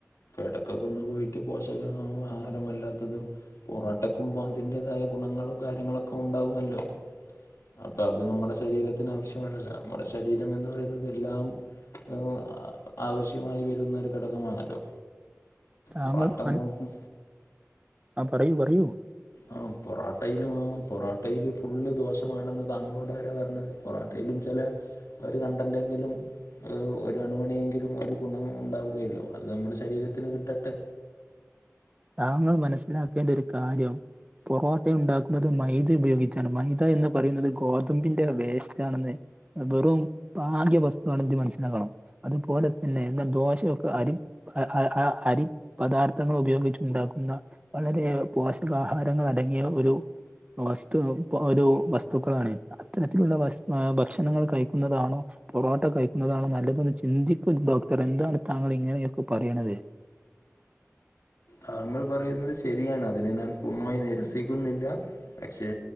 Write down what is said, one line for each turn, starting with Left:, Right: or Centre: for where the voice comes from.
Left: ഇടക്കൊക്കെ ഒന്ന് പോയിട്ട് പോഷക ആഹാരമല്ലാത്തതും പൊറോട്ടക്കും അതിൻ്റേതായ ഗുണങ്ങളും കാര്യങ്ങളൊക്കെ ഉണ്ടാകുമല്ലോ അപ്പ അത് നമ്മുടെ ശരീരത്തിന് ആവശ്യമല്ലല്ലോ നമ്മുടെ ശരീരം എന്ന് പറയുന്നത് എല്ലാം ആഹ് ആവശ്യമായി വരുന്നൊരു ഘടകമാണല്ലോ
Right: താങ്കൾ
Left: പൊറാട്ട
Right: പൻ ആഹ് പറയൂ പറയൂ
Left: ആഹ് പൊറോട്ടയിലും പൊറോട്ടയില് ഫുള്ള് ദോഷമാണെന്ന് താങ്കളോട് ആരാ പറഞ്ഞത് പൊറാട്ടയിലും ചില ഒരു കണ്ടന്റെങ്കിലും ഒരു അണുമണിയെങ്കിലും ഒരു ഗുണം ഉണ്ടാവുകയല്ലോ അത് നമ്മുടെ ശരീരത്തിന് കിട്ടട്ടെ
Right: താങ്കൾ മനസ്സിലാക്കേണ്ട ഒരു കാര്യം പൊറോട്ട ഉണ്ടാക്കുന്നത് മൈദ ഉപയോഗിച്ചാണ് മൈദ എന്ന് പറയുന്നത് ഗോതമ്പിന്റെ വേസ്റ്റാണെന്നേ വെറും പാക്യ വസ്തുവാണെത് മനസ്സിലാക്കണം അതുപോലെ തന്നെ എന്നും ദോശയൊക്കെ അരി അ അ അരി പദാർത്ഥങ്ങൾ ഉപയോഗിച്ചു ഉണ്ടാക്കുന്ന വളരെ പോഷകാഹാരങ്ങളടങ്ങിയ ഒരു വസ്തു ആവും ഓരോ വസ്തുക്കളാണ് അത്തരത്തിലുള്ള വസ്തു ഭക്ഷണങ്ങള് കഴിക്കുന്നതാണോ പൊറോട്ട കഴിക്കുന്നതാണോ നല്ലതെന്ന് ചിന്തിക്കു ഡോക്ടർ എന്താണ് താങ്കൾ ഇങ്ങനെയൊക്കെ പറയണത്
Left: താങ്കൾ പറയുന്നത് ശരിയാണ് അതിനെ ഞാൻ പൂർണ്ണമായി നിരസിക്കുന്നില്ല പക്ഷേ